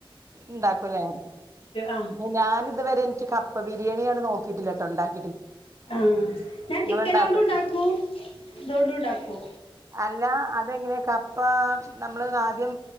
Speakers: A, on the right; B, on the left.
A: ഉണ്ടാക്കൂല്ലേ
B: ആഹ്
A: പിന്ന ഞാൻ ഇതുവരെ എനിക്ക് കപ്പ ബിരിയാണിയാണ് നോക്കിട്ടില്ല കേട്ടോ ഉണ്ടാക്ക
B: ആഹ ഞാൻ
A: നിങ്ങളുണ്ടാക്കും
B: ചിക്കനോണ്ടും ഉണ്ടാക്കൂ ഇതൊണ്ട ഇണ്ടാക്കൂ
A: അല്ല അതെങ്ങനെയ കപ്പ നമ്മള് ആദ്യം